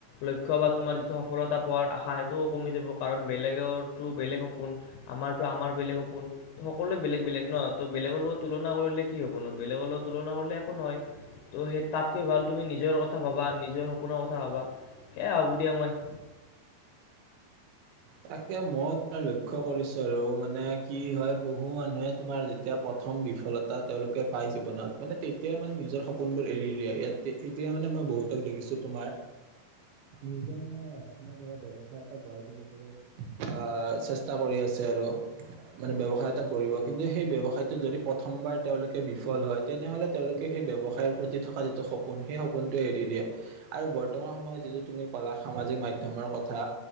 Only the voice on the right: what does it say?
তাকে, মই তোমাৰ লক্ষ্য কৰিছো, আৰু মানে কি হয় বহু মানুহে তোমাৰ যেতিয়া এতিয়া প্ৰথম বিফলতা তেওঁলোকে পায় জীৱনত মানে তেতিয়াই মানে নিজৰ সপোনবোৰ এৰি দিয়ে। ইয়াত এতিয়া, মানে মই বহুতক দেখিছো। তোমাৰ নিজে মানে তোমাৰ ধৰা ব্যয়ৱসায় এটা গঢ় তুলিবলৈ। আহ, চেষ্টা কৰি আছে আৰু মানে ব্যৱসায় এটা কৰিব কিন্তু, সেই ব্যৱসায়টো যদি প্ৰথমবাৰ, তেওঁলোকে বিফল হয় তেনেহ'লে তেওঁলোকে সেই ব্যৱসায়ৰ প্ৰতি থকা যিটো শ সপোন, সেই সপোনটোৱে এৰি দিয়ে, আৰু বৰ্তমান সময়ত যিটো তুমি কলা সামাজিক মাধ্যমৰ কথা